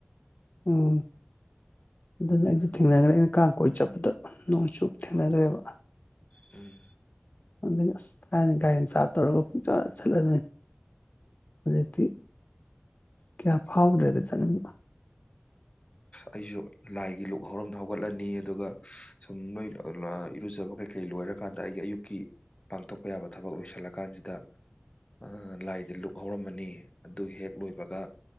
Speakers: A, on the left; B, on the left.
A: ꯎꯝ ꯑꯗꯨꯅꯦ ꯑꯩꯖꯨ ꯊꯦꯡꯅꯒ꯭ꯔꯦ ꯑꯩꯅ ꯀꯥꯡ ꯀꯣꯏ ꯆꯠꯄꯗ ꯅꯣꯡ ꯆꯨꯕ ꯊꯦꯡꯅꯒ꯭ꯔꯦꯕ
B: ꯎꯝ
A: ꯑꯗꯒꯤ ꯑꯁ ꯊꯥꯏꯅ ꯒꯥꯔꯤ ꯃꯆꯥ ꯇꯧꯔꯒ ꯄꯨꯡꯆꯥ ꯆꯠꯂꯝꯃꯦ ꯍꯧꯖꯤꯛꯇꯤ ꯀꯌꯥ ꯐꯥꯎꯗ꯭ꯔꯦꯗ ꯆꯠꯅꯤꯡꯕ
B: ꯑꯩꯖꯨ ꯂꯥꯏꯒꯤ ꯂꯨꯛ ꯍꯧꯔꯝꯗ ꯍꯧꯒꯠꯂꯅꯤ ꯑꯗꯨꯒ ꯁꯨꯝ ꯅꯣꯏ <unintelligible> ꯂ ꯏꯔꯨꯖꯕ ꯀꯩ ꯀꯩ ꯂꯣꯏꯔꯀꯥꯟꯗ ꯑꯩꯒꯤ ꯑꯌꯨꯛꯀꯤ ꯄꯥꯡꯊꯣꯛꯄ ꯌꯥꯕ ꯊꯕꯛ ꯂꯣꯏꯁꯤꯜꯂꯛ ꯀꯥꯟꯖꯤꯗ ꯑꯥ ꯂꯥꯏꯗ ꯂꯨꯛ ꯍꯧꯔꯝꯃꯅꯤ ꯑꯗꯨ ꯍꯦꯛ ꯂꯣꯏꯕꯒ